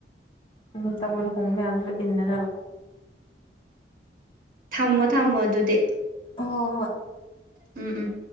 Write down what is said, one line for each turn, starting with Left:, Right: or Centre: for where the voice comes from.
Left: ꯎꯝ ꯇꯝꯜ ꯍꯉꯃꯦꯗ ꯏꯟꯅꯅ
Right: ꯊꯝꯃꯣ ꯊꯝꯃꯣ ꯑꯗꯨꯗꯤ
Left: ꯑꯣ ꯍ
Right: ꯎꯝ ꯎꯝ